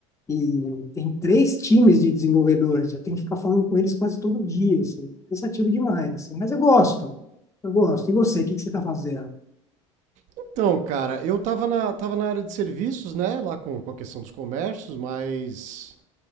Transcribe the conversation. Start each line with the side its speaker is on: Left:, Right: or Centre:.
Left: E tem três times de desenvolvedores, eu tenho que ficar falando com eles quase todo dia, assim, cansativo demais, assim, mas eu gosto, eu gosto. E você, o que que você está fazendo?
Right: Então, cara, eu tava na, tava na área de serviços, né? Lá com, com a questão dos comércios, mas